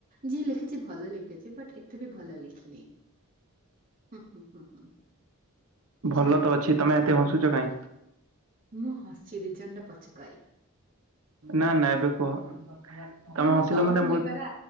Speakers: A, on the right; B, on the right.
A: ଯିଏ ଲେଖିଚି ଭଲ ଲେଖିଚି ବଟ୍ ଏତେ ବି ଭଲ ଲେଖିନି। ହୁଁ ହୁଁ ହୁଁ ହୁଁ। ଛାଡ଼
B: ଭଲ ତ ଅଛି ତମେ ଏତେ ହସୁଚ କାଇଁ।
A: ମୁଁ ହସିି ଦିଇ ଜଣ୍ଡ ପଛକ
B: ନା ନା ଏବେ କୁହ? ତମେ
A: ଆରେ ମୁଁ
B: ହସିଲ
A: ପଢୁଥିଲି
B: ମାନେ ମୁଁ
A: ପରା